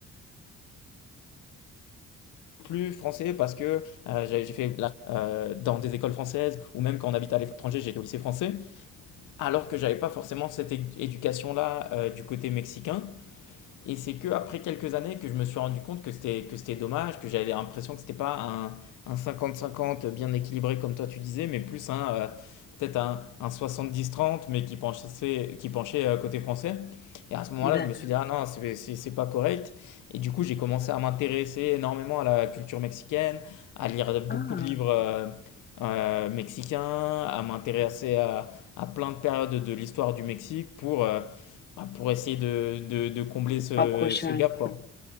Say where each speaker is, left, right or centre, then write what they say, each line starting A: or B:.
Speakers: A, on the left; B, on the left.
A: plus français parce que euh, j'ai j'ai fait la- euh, dans des écoles françaises ou même quand on habite à l'étranger, j'étais au lycée français, alors que j'avais pas forcément cette é- éducation-là euh, du côté mexicain. Et c'est que après quelques années que je me suis rendu compte que c'était que c'était dommage, que j'avais l'impression que c'était pas un un 50-50 bien équilibré comme toi tu disais, mais plus un euh, peut-être un, un 70-30 mais qui penchait qui penchait euh, côté français. Et à ce moment-là,
B: D'accord.
A: je me suis dit ah non, c'est c'est c'est pas correct. Et du coup, j'ai commencé à m'intéresser énormément à la culture mexicaine, à lire
B: Ah,
A: beaucoup de livres euh, euh, mexicains, à m'intéresser à, à plein de périodes de l'histoire du Mexique pour euh, bah, pour essayer de, de- de combler ce,
B: Rapproché.
A: ce gap, quoi.